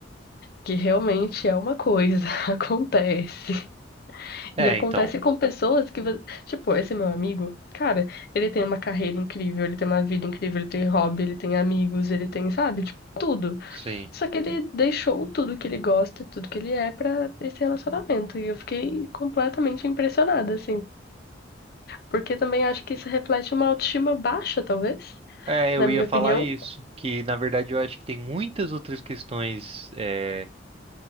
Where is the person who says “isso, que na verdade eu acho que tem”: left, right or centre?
Right